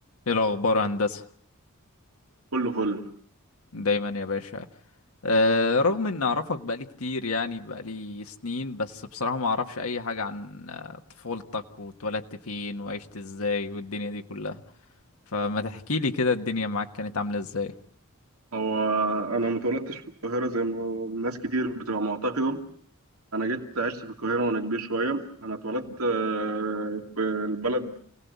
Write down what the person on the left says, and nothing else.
ايه الاخبار يا هندسه
دايما يا باشا أه رغم ان اعرفك بقالي كتير يعني بقالي سنين بس بصراحه ما اعرفش اي حاجه عن آه، طفولتك واتولدت فين وعشت ازاي والدنيا دي كلها فما تحكي لي كده الدنيا معاك كانت عامله ازاي